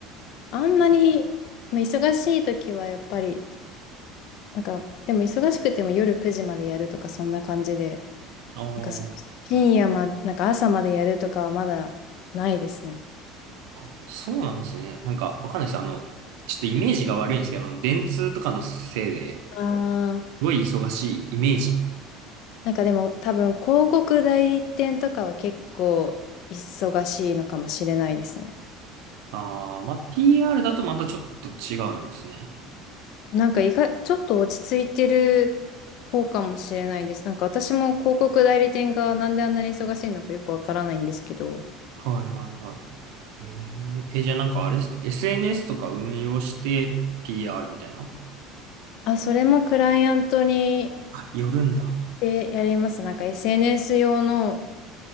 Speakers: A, on the left; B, on the right.
A: あんまり、まあ忙しい時はやっぱり、なんか、でも忙しくても夜9時までやるとか、そんな感じで、
B: ああ。
A: なんかす、深夜ま、なんか朝までやるとかはまだないですね。
B: あ、そうなんですね。なんか、わかんないです。あの、ちょっとイメージが悪いんですけど、あの電通とかのせいで、す
A: ああ、
B: ごい忙しいイメージ。
A: なんかでも多分、広告代理店とかは結構忙しいのかもしれないですね。
B: ああ、まあ、PR だとまたちょっと違うんですね。
A: なんか意外、ちょっと落ち着いてる方かもしれないです。なんか私も広告代理店がなんであんなに忙しいのかよくわからないんですけど、
B: はいはいはい。えー、え、じゃあなんかあれですか ?SNS とか運用して PR みたいな
A: あ、それもクライアントに
B: あ、よるんだ。
A: でやります。なんか SNS 用の、